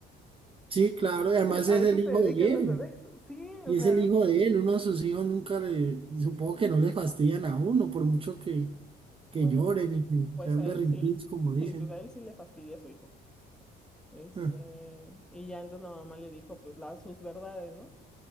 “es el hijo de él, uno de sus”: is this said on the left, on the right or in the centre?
Right